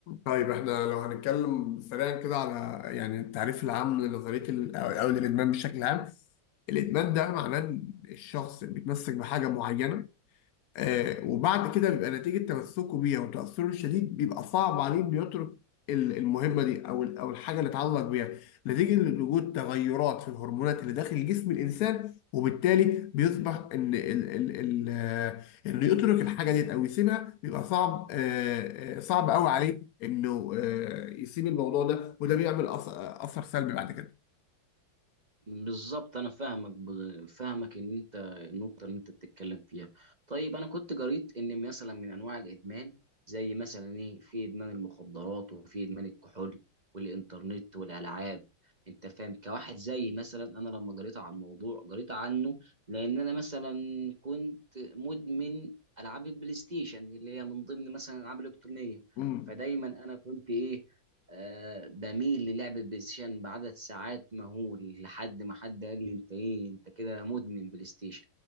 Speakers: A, on the left (about 80°); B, on the right (about 30°).
A: طيب احنا لو هنتكلم سريعا كده على يعني التعريف العام لنظريه ال- او أو للادمان بشكل عام الادمان ده معناه ان الشخص بيتمسك بحاجه معينه آه، وبعد كده بيبقى نتيجة تمسكه بيها وتأثره الشديد بيبقى صعب عليه إنه يترك ال- المهمة دي أو ال- أو الحاجة اللي اتعلق بيها نتيجة لوجود تغيرات في الهرمونات اللي داخل جسم الإنسان وبالتالي بيصبح إن ال ال ال آه، إنه يترك الحاجة ديت أو يسيبها بيبقى صعب آه، آه، صعب قوي عليه إنه آه، يسيب الموضوع ده وده بيعمل أث- آه، أثر سلبي بعد كده.
B: بالظبط انا فاهمك ب- فاهمك ان انت النقطه اللي انت بتتكلم فيها طيب انا كنت قريت ان مثلا من انواع الادمان زي مثلا ايه في ادمان المخدرات وفي ادمان الكحول والانترنت والالعاب انت فاهم كواحد زي مثلا انا لما قريت عن الموضوع قريت عنه لان انا مثلا كنت مدمن العاب البلاي ستيشن اللي هي من ضمن مثلا الالعاب الالكترونيه
A: مم.
B: فدايما انا كنت ايه آه، بميل للعب البلاي ستيشن بعدد ساعات مهول لحد ما حد قال لي انت ايه انت كده مدمن بلاي ستيشن